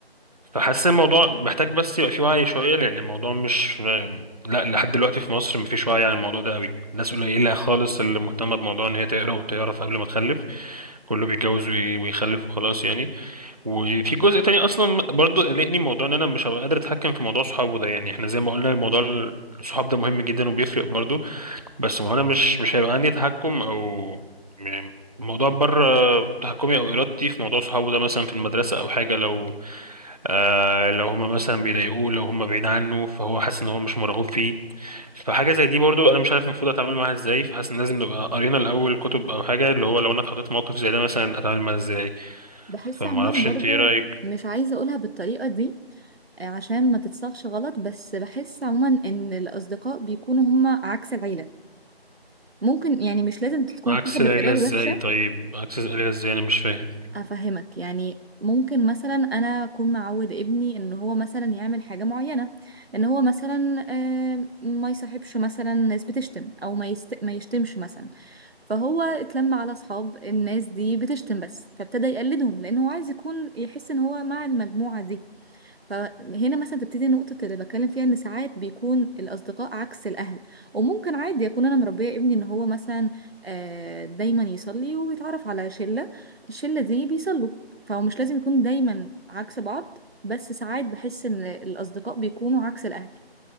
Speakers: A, on the right; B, on the right.
A: فحاسس الموضوع محتاج بس يبقى فيه وعي شوية لأن الموضوع مش لا لحد دلوقتي في مصر مفيش وعي عن الموضوع ده قوي الناس قليلة خالص اللي مهتمة بموضوع إن هي تقرا وتعرف قبل ما تخلف كله بيتجوز وي- ويخلف وخلاص يعني وفي جزء تاني أصلا برضو قلقني موضوع إن أنا مش هبقى قادر أتحكم في موضوع صحابه ده يعني إحنا زي ما قلنا الموضوع الصحاب ده مهم جدا وبيفرق برضو بس ما هو انا مش مش هيبقى عندي تحكم او يعني الموضوع بره تحكمي او ارادتي في موضوع صحابه ده مثلا في المدرسه او حاجه لو آه لو هما مثلا بيضايقوه لو هما بعيد عنه فهو حاسس ان هو مش مرغوب فيه فحاجه زي دي برضو انا مش عارف المفروض اتعامل معاها ازاي فحاسس ان لازم نبقى قرينا الاول كتب او حاجه اللي هو لو انا اتحطيت في موقف زي ده مثلا اتعامل معاه ازاي
B: بحس
A: فما
B: عموما
A: اعرفش انت
B: برضو
A: ايه رايك
B: مش عايزة أقولها بالطريقة دي آه، عشان ما تتصاغش غلط بس بحس عموما إن الأصدقاء بيكونوا هما عكس العيلة ممكن يعني مش لازم تكون
A: عكس
B: تاخد
A: العيله
B: بالطريقة الوحشة
A: ازاي طيب عكس العيله ازاي انا مش فاهم
B: أفهمك يعني ممكن مثلا أنا أكون معود ابني إن هو مثلا يعمل حاجة معينة إن هو مثلا آه، ما يصاحبش مثلا ناس بتشتم أو ما, يست... ما يشتمش مثلا فهو اتلم على اصحاب الناس دي بتشتم بس فابتدى يقلدهم لان هو عايز يكون يحس ان هو مع المجموعة دي فهنا مثلا تبتدي النقطة اللي بتكلم فيها ان ساعات بيكون الاصدقاء عكس الاهل وممكن عادي اكون انا مربية ابني ان هو مثلا آه، دايما يصلي ويتعرف على شلة الشلة دي بيصلوا فهو مش لازم يكون دايما عكس بعض بس ساعات بحس ان الاصدقاء بيكونوا عكس الاهل